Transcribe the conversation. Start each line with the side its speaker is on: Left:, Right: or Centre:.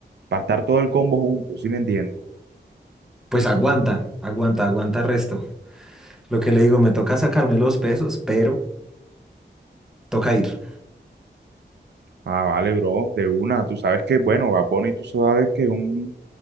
Right: para estar todo el combo juntos, ¿sí me entiendes?
Centre: Pues aguanta, aguanta, aguanta resto. Lo que le digo, me toca sacarme los pesos, pero toca ir.
Right: Ah, vale, bro, de una. Tú sabes que, bueno, Bad Bunny, tú sabes que es un